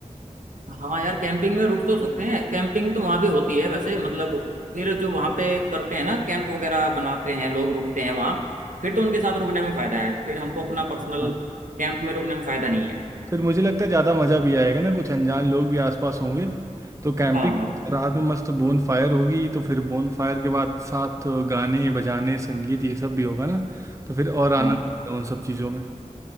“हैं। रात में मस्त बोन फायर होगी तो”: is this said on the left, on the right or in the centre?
Right